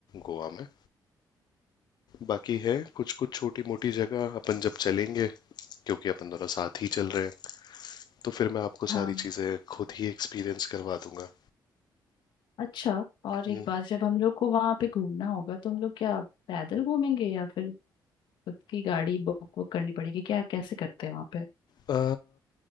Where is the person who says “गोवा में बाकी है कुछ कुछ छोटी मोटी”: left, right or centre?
Left